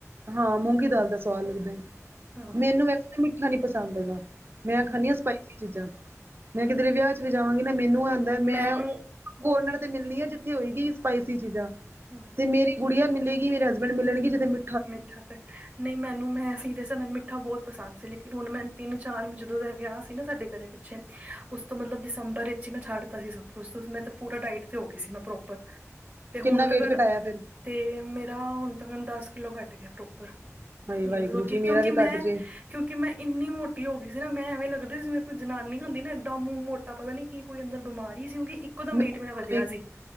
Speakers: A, on the right (about 45°); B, on the right (about 25°).
A: ਹਾਂ, ਮੂੰਗੀ ਦਾਲ ਦਾ ਸਵਾਦ ਲੱਗਦੈ ਈ।
B: ਹਾਂ
A: ਮੈਨੂੰ ਵੈਸੇ ਤੇ ਮਿੱਠਾ ਨੀ ਪਸੰਦ ਹੈਗਾ। ਮੈਂ ਖਾਣੀ
B: ਹਮ,
A: ਆਂ ਸਪਾਈਸੀ ਚੀਜ਼ਾਂ, ਮੈਂ ਕਿਧਰੇ ਵਿਆਹ ਚ ਵੀ ਜਾਵਾਂਗੀ ਨਾ ਮੈਨੂੰ ਐ ਹੂੰਦੈ ਮੈਂ
B: ਮੈਨੂੰ
A: ਕੋਰਨਰ ਤੇ ਮਿਲਣੀ ਆ ਜਿੱਥੇ ਹੋਏਗੀ ਈ ਸਪਾਈਸੀ ਚੀਜ਼ਾਂ।
B: ਹਾਂ।
A: ਤੇ ਮੇਰੀ ਗੁਡੀਆ ਮਿਲੇਗੀ ਮੇਰੇ ਹਸਬੈਂਡ ਮਿਲਣਗੇ ਜਿੱਦੇ ਮਿ
B: ਮਿੱਠਾ ਪਐ। ਨਹੀਂ ਮੈਨੂੰ ਮੈਂ ਸੀ ਦੇ ਸਾ ਮੈਨੂੰ ਮਿੱਠਾ ਬੌਤ ਪਸੰਦ ਸੀ ਲੇਕਿਨ ਹੁਣ ਮੈਂਨ ਤਿੰਨ-ਚਾਰ ਜਦੋਂ ਦਾ ਐਹ ਵਿਆਹ ਸੀ ਨਾ ਸਾਡੇ ਘਰੇ ਛੇ ਉਸ ਤੋਂ ਮਤਲਬ ਦਸੰਬਰ ਏਚ ਈ ਮੈਂ ਛੱਡ ਤਾ ਸੀ ਸਭ ਕੁਛ, ਤੇ ਉਸ ਮੈ ਤੇ ਪੂਰਾ ਡਾਇਟ ਤੇ ਹੋ ਗਈ ਸੀ ਮੈਂ ਪ੍ਰੋਪਰ। ਤੇ ਹੁਣ
A: ਕਿੰਨਾ ਵੇਟ
B: ਤਕਨ
A: ਘਟਾਇਆ ਫਿਰ
B: ਤੇ ਮੇਰਾ ਹੁਣ ਤਕਨ ਦਸ ਕਿਲੋ ਘੱਟ ਗਿਐ ਪ੍ਰੋਪਰ।
A: ਹਾਏ ਵਾਹਿਗੁਰੂ
B: ਏਕ ਤਾਂ ਕਿਉਂਕਿ,
A: ਜੀ ਮੇਰਾ
B: ਕਿਉਂਕਿ
A: ਵੀ
B: ਮੈਂ
A: ਘੱਟ ਜੇ
B: ਕਿਉਂਕਿ ਮੈਂ ਇੰਨੀ ਮੋਟੀ ਹੋ ਗੀ ਸੀ ਨਾ ਮੈਂ ਐਵੇਂ ਲੱਗਦੀ ਸੀ ਮੈ ਕੋਈ ਜਨਾਨੀ ਹੁੰਦੀ ਨਾ ਇੱਡਾ ਮੂੰਹ ਮੋਟ ਮੋਟਾ ਪਤਾ ਨੀ, ਕੀ ਕੋਈ ਅੰਦਰ ਬਿਮਾਰੀ ਹੀ ਸੀ। ਕਿਉਂਕ ਇੱਕ ਇੱਕਦਮ
A: ਮੈਂ
B: ਵੇਟ ਮੇਰਾ ਵਧਿਆ ਸੀ।